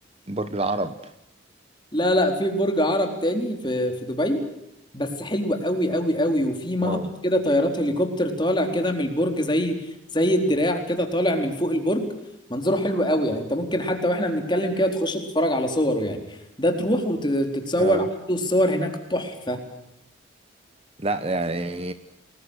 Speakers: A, on the right; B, on the left.
A: برج العرب
B: لا لا في برج عرب تاني في في دبي بس حلو قوي قوي قوي وفي آه. مهبط
A: واو
B: كده طيارات هليكوبتر طالع كده من البرج زي زي الدراع كده طالع من فوق البرج منظره حلو قوي يعني انت ممكن حتى واحنا بنتكلم كده تخش تتفرج على صوره يعني ده تروح وتتصور
A: اه
B: والصور هناك تحفة
A: لا يعني